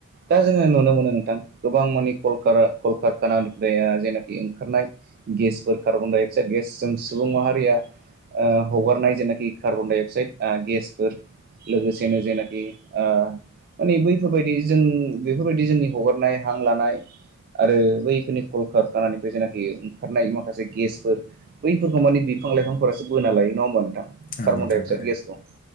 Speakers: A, on the right (about 45°); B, on the left (about 40°).
A: दा जोंङो नुनो मोनो नोंथां गोबां मानि कल कल कारखानानिफ्राय ओ जेनाखि ओंखारनाय गेसफोरखौ कार्बन डाइ अक्साइड गेसजों सुबुं माहारिया ओ हगारनाय जेनाखि कार्बन डाइ अक्साइड गेसफोर लोगोसेनो जेनाखि ओ माने बैफोरबायदि जों बेफोरबायदि जोंनि हगारनाय हां लानाय आरो बैफोरनि कल कारनानिफ्राय जेनाखि ओंखारनाय माखासे गेसफोर बैफोरखौ मानि बिफां लाइफांफोरासो बोना लायो नंङा होमबा नोंथां
B: औ
A: कार्बनडाय
B: नोंथां
A: अक्साइद
B: थारैनो
A: गेसखौ